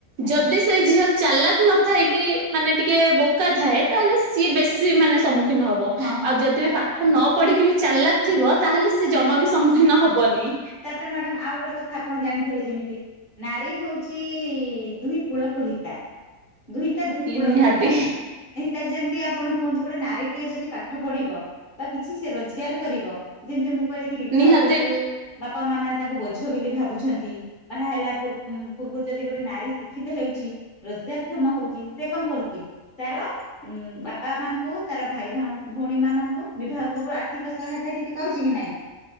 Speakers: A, on the left; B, on the right.
A: ଆଜ୍ଞା
B: ଯଦି ସେ ଝିଅ ଚାଲାକ ନଥାଏ କି, ମାନେ ଟିକେ ବୋକା ଥାଏ। ତା ହେଲେ ସିଏ ବେଶି ମାନେ ସମ୍ମୁ ଖୀନ ହବ।
A: ହଁ ହଁ
B: ଆଉ ଯଦି
A: ତାପରେ
B: ବି ପାଠ ନ ପଢିକି ବି ଚାଲାକ୍ ଥିବ। ତା ହେଲେ ସେ ଜମା ବି ସମ୍ମୁଖୀନ ହବନି।
A: ତା ପରେ ମ୍ୟାଡ଼ମ୍, ଆଉ ଗୋଟେ କଥା ଆପଣ ଜାଣିଥିବେ, ଯେମିତି ନାରୀ ହଉଛି ଦୁଇ କୁଳକୁ ହିତା। ଦୁହିତା ଦୁହି କୁଳକୁ
B: ନିହାତି
A: ହିତା। ଏଇଟା ଯେମିତି ଆପଣ କୁହନ୍ତୁ, ଗୋଟେ ନାରୀଟିଏ ଯଦି ପାଠ ପଢିବ ବା କିଛି ସେ ରୋଜଗାର କରିବ, ଯେମିତି ମୁଁ କହିଲି, କି ବିବାହ
B: ନିହାତି
A: ପୂର୍ବରୁ ବାପା ମା ମାନେ ତାଙ୍କୁ ବୋଝ ବୋଲି ଭାବୁଛନ୍ତି। ବାହା ହେଲା ପୂର୍-ପୂର୍ବରୁ ଯଦି ଗୋଟେ ନାରୀ ଶିକ୍ଷିତ ହେଉଛି ରୋଜଗାର କ୍ଷମ ହଉଛି, ସେ କଣ କରୁଛି, ତାର ଉଁ ବାପା ମାଙ୍କୁ, ତାର ଭାଇ ଭାଉ-ଭଉଣୀମାନଙ୍କୁ ବିବାହ ପୂର୍ବରୁ ଆର୍ଥିକ ସହାୟତା କି ସେ କରୁଛି କି ନାଇଁ,